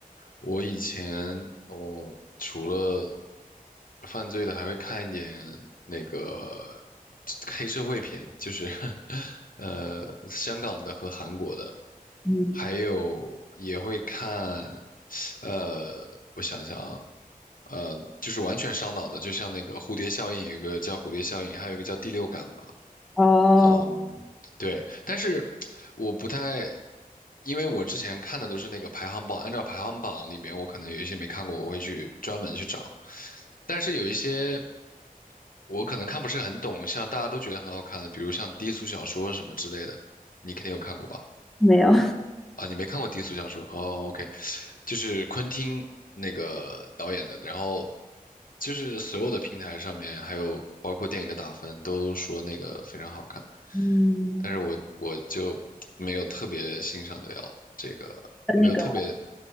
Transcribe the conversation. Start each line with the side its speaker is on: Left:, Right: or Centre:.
Left: 我以前哦，除了犯罪的，还会看一点那个黑社会片，就是 <laughs> 呃香港的和韩国的，
Centre: 嗯，
Left: 还有也会看，呃，我想想啊，呃，就是完全烧脑的，就像那个蝴蝶效应，有一个叫蝴蝶效应，还有一个叫第六感吧。
Centre: 哦，
Left: 嗯，对，但是我不太，因为我之前看的都是那个排行榜，按照排行榜里面，我可能有一些没看过，我会去专门去找。但是有一些我可能看不是很懂，像大家都觉得很好看的，比如像低俗小说什么之类的，你肯定有看过吧？
Centre: 没有，
Left: 啊，你没看过低俗小说？哦，OK，就是昆汀那个导演的，然后就是所有的平台上面，还有包括电影的打分，都说那个非常好看。
Centre: 嗯，
Left: 但是我我就 <tsk> 没有特别欣赏得了这个，
Centre: 跟那个，
Left: 没有特别，